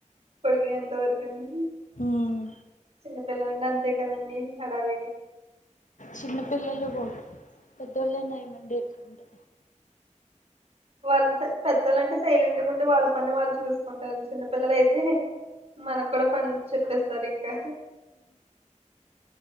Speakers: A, on the right; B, on the left.
A: పడుకు ఎంత వరకు అండి
B: మ్మ్
A: చిన్నపిల్లలండి అంతే కదండి హడావిడి
B: చిన్న పిల్లలు పో పెద్ దోల్లే నైమండే ఎందుకంటే
A: వాళ్ళు పె పెద్దలంటే సైలెంటుగా ఉండి వాళ్ పని వాళ్ళు చూసుకుంటారు చిన్నపిల్లలయితే మనకు కూడా పని చెప్పేస్తారు ఇంకా